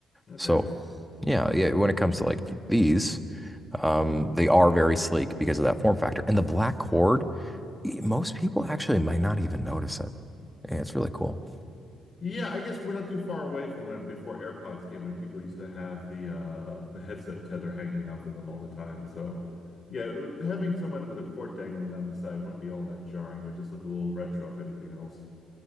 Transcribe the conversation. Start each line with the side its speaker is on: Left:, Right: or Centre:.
Left: Okay.
Centre: So yeah, yeah, when it comes to like these, um, they are very sleek because of that form factor. And the black cord, e- most people actually might not even notice it. Yeah, it's really cool.
Left: Yeah, I guess we're not too far away from when before AirPods came, when people used to have the uh the headset tether hanging off of them all the time. So yeah, it- having someone with a cord dangling down the side wouldn't be all that jarring. It would just look a little retro if anything else.